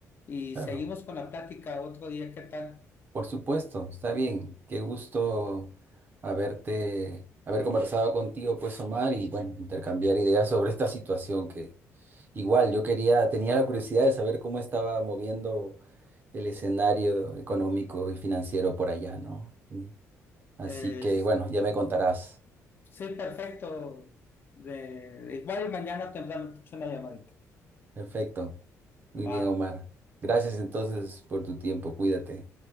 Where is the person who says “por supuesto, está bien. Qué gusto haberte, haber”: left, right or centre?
Right